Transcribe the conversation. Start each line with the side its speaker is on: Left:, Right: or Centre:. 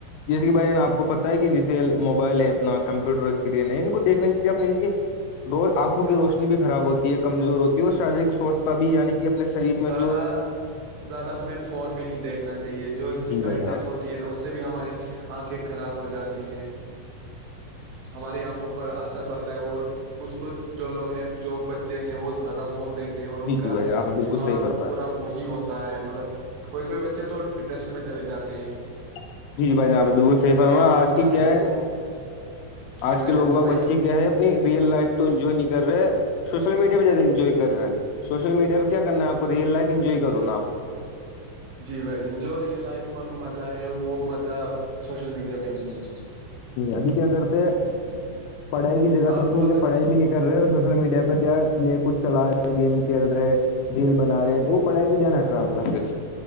Left: جیسے کہ بھائی ن آپ کو پتا ہے کہ جسے موبائل ہے اپنا کمپیوٹر اسکرین ہے ان کو دیکھنے سے اپ ر آنکھوں کی روشنی بھی خراب ہوتی ہے کمزور ہوتی ہے اور شارییرک سوستھتا بھی یعنی کہ اپنے شریر میں
Right: زیادہ
Left: جو
Right: زیادہ ہمیں فون بھی نہیں دیکھنا چاہیے جو اس کی
Left: جی
Right: برائٹنیس
Left: بھائی جناب
Right: ہوتی نا اس سے بھی ہماری آنکھیں خراب ہو جاتی ہیں ہماری آنکھوں پر اثر پڑتا ہے اور کچھ کچھ جو لوگ ہیں جو بچے ہیں وہ زیادہ فون دیکھتے ہیں اور
Left: جی
Right: ان
Left: جی
Right: کا
Left: بھائی جان آپ نے بالکل
Right: دماغ
Left: صحیح فرمایا
Right: پورا وہی ہوتا ہوتا ہے مطلب کوئی کوئی بچے تو ڈپریشن میں چلے جاتے ہیں
Left: جی جی بھائی جنابپ بالکل صحیح فرما
Right: انہیں فون
Left: آج کی
Right: نہ
Left: کیا
Right: ملے
Left: ہے
Right: تو جی
Left: آج
Right: بھائی
Left: کے لوگ
Right: جان فرمائیے
Left: بگ بچے کیا ہے اپنی ریئل لائف تو انجوائے نہیں کر رہے ہے سوشل میڈیا پہ زیادہ انجوائے کر رہے ہیں سوشل میڈیا پہ کیا کرنا ہےپ کو ریل لائف انجوائے کرو نا آپ
Right: جی بھائی جان جو ریئل لائف میں مزہ ہے وہ مزہ سوشل میڈیا پہ نہیں ہے
Left: ابھی کیا کرتے ہیں پڑھائی کی جگہ تو
Right: آپ کو
Left: ٹھیک
Right: اگر
Left: ہے پڑھائی بھی نہیں کر رہے اور سوشل میڈیا پہ کیا ن کچھ چلا رہے گیم کھیل رہے ریل بنا رہے ا وہ پڑاائ سے دیا ن اٹراون کاا پھر